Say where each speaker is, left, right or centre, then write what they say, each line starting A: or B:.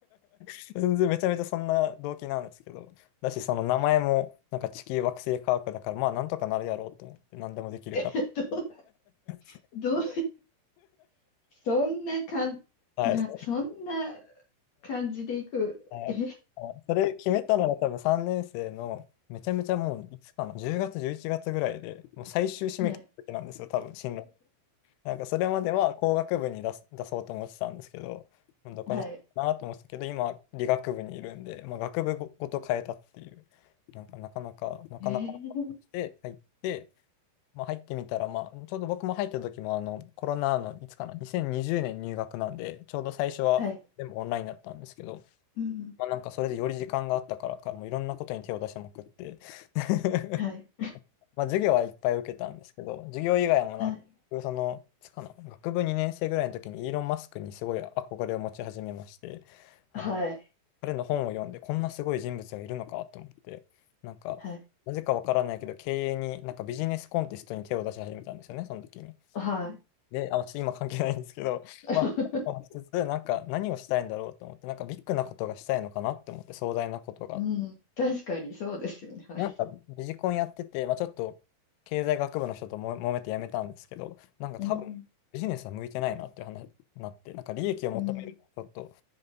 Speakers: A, on the left (about 85°); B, on the left (about 50°).
A: <laughs> 全然めちゃめちゃそんな動機なんですけど。だし、その名前も、なんか地球惑星科学だから、まあなんとかなるやろうと思って、何でもできるから。
B: え、どう、
A: <laughs>
B: どう、そんなかん、
A: はい。
B: な、そんな感じでいく。
A: はい
B: え、
A: それ決めたのは多分3年生のめちゃめちゃもういつかな10月11月ぐらいでもう最終締め切りの時なんですよ多分進路
B: はい、
A: なんかそれまでは工学部に出す、出そうと思ってたんですけどもうどこにしようかなと思ってたけど今理学部にいるんで、
B: はい、
A: まあ、学部ごごと変えたっていうなんかなかなかなかなかして入って、
B: えー、
A: まあ、入ってみたら、まあ、ちょうど僕も入った時もあのコロナのいつかな2020年入学なんでちょうど最初は全部オンラインだったんですけど
B: はい、うん。
A: まあなんかそれでより時間があったからか、もういろんなことに手を出しまくって、<laughs>
B: はい、
A: まあ授業はいっぱい受けたんですけど、授業以外もなんか、
B: はい、
A: 僕その、いつかな、学部2年生ぐらいの時にイーロン・マスクにすごい憧れを持ち始めまして、あの、
B: はい、
A: 彼の本を読んで、こんなすごい人物がいるのかと思って、なんか、
B: はい、
A: なぜかわからないけど、経営に、なんかビジネスコンテストに手を出し始めたんですよね、その時に。
B: はい。
A: で、あ、ちょっと今関係ないんですけど、<laughs>
B: <laughs>
A: まあ、しつつ、なんか何をしたいんだろうと思って、なんかビッグなことがしたいのかなって思って、壮大なことがあっ
B: うん、確かにそうですよね。
A: て。
B: はい。
A: なんかビジコンやってて、まあちょっと経済学部の人とも揉めてやめたんですけど、なんか多分ビジネスは向いてないなっていう話になって、
B: うん。
A: なんか利益を求めるのはちょっと
B: うん、